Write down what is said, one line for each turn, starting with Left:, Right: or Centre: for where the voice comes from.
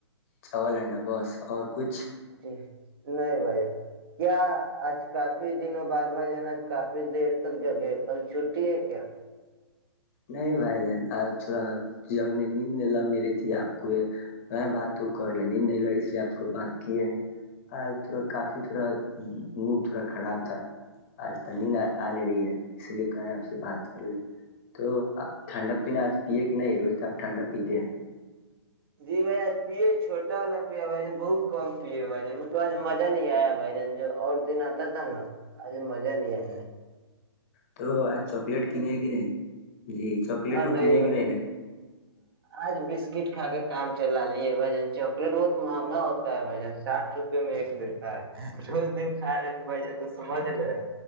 Left: چاول انڈا بس اور کچھ
Right: جی نہیں بھائی کیا آج کافی دنوں بعد بھائی جان آج کافی دیر تک جگے کل چھٹی ہے کیا
Left: نہیں بھائی جان آج تھوڑا جنے نیند لگ نہیں رہی تھی آپ کو یہ کہیں بات تو کر لے نیند نہیں لگی اس لیے آپ کو بات کیے ہیں آج تھوڑا کافی تھوڑا موڈ تھوڑا خراب تھا آج تو نیند آنے رہی ہے اس لیے کہیں آپ سے بات کر لے تو ٹھنڈا پینا آج پیے کہ نہیں روز آپ ٹھنڈا پیتے ہیں
Right: جی بھائی پیے چھوٹا والا پیا بھائی ج بہت کم پیے بھائی ج اس بس مزہ نہیں آیا بھائی جان جو اور دن آتا تھا نا آج مزہ نہیں
Left: جی
Right: آ
Left: تو آ چکلیٹ کنے کی نہیں جی چاکلیٹ
Right: ارے
Left: وہ
Right: نہیں
Left: کینے
Right: بھئی،
Left: کہ نا
Right: آج بس بسکٹ کھا کے کام چلایا۔ چلا لیے بھائی جان چاکلیٹ بہت مہنگا ہوتا ہے بھائی جان ساھ روپے میں ایک دیتا ہے روز دن کھا رہیں گے بھائی جان تو سمجھ رہ